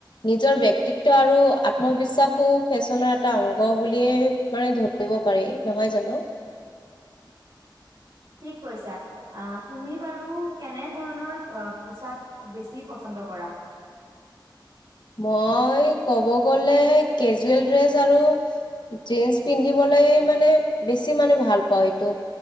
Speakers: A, on the left; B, on the right.
A: নিজৰ ব্যক্তিত্ব আৰু আত্মবিশ্বাসো ফেশ্বনৰ এটা অংগ বুলিয়ে মানে ধ ৰিব পাৰি নহয় জানো।
B: ঠিক কৈছা। আ তুমি বাৰু কেনে ধৰণৰ পোচাক বেছি পচন্দ কৰা?
A: মই ক'ব গ'লে কেজুৱেল ড্ৰেছ আৰু জিন্স পিন্ধিবলৈ মানে বেছি মানে ভাল পাওঁ এইটো।